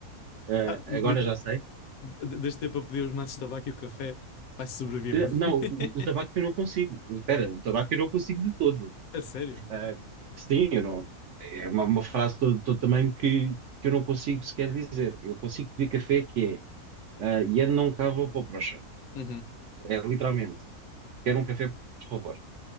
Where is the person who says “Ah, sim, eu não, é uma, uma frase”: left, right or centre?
Right